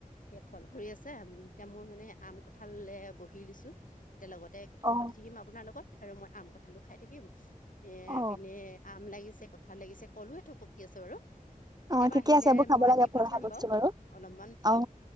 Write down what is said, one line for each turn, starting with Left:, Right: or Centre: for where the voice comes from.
Left: সেয়া ফল হৰি আছে এতিয়া মই মানে আম কঁঠালে বহি দিছো এতিয়া লগতে। কথাও
Right: অ
Left: পাতি থাকিম আপোনাৰ লগত আৰু মই আম কঠালো খাই থাকিম এই
Right: অ
Left: পিনে আম লাগিছে ক- ভাল লাগিছে কলো এঠোক পকি আছে বাৰু। কেতিয়াবা
Right: অ ঠিকে
Left: আহিলে
Right: আছে এইবোৰ খাব
Left: মই
Right: লাগে
Left: দি
Right: পঢ়া
Left: পঠিয়াম
Right: বস্তু
Left: বাৰু অলপমান ফল।
Right: অ